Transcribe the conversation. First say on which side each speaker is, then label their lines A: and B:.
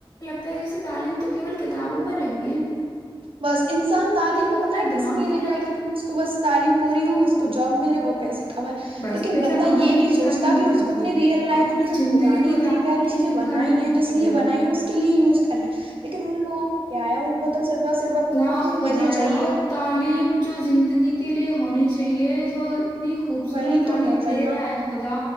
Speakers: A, on the left; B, on the right.
A: ت جیسے تعلیم تو کیول کتابوں میں رہے
B: بس انسان تعلیم
A: وہ اپنا
B: پتہ ہے
A: دماغ
B: کس لیے
A: کیوں
B: لیتا
A: نہیں لگتا
B: ہے کہ اس کو بس تعلیم پوری ہو اس کو جب ملے وہ پیسے کمائے
A: بس
B: لیکن
A: پیسہ
B: بندہ
A: کمانے
B: یہ نہیں
A: کے لیے
B: سوچتا
A: تعلیم
B: کہ
A: دی
B: اس
A: جاتی
B: کو اپنی
A: ہے
B: ریئل لائف
A: اپنی
B: میں جب
A: زندگی
B: خدا
A: گزارنے
B: نے اتنی پیاری
A: کے
B: چیزیں
A: لیے
B: بنائی
A: تعلیم نہیں
B: ہیں جس لیے
A: وہ
B: بنائی ہے اس کے لیے یوز کرے لیکن ان لووں کو کیا ہے ان کو تو صرف
A: یا
B: اپنے
A: خدایا
B: مزے چاہیے
A: تعلیم جو زندگی کے لیے ہونی چاہیے جو اتنی خوبصورت
B: وہی
A: تعلیم
B: تو محترما
A: دے رہا ہے خدا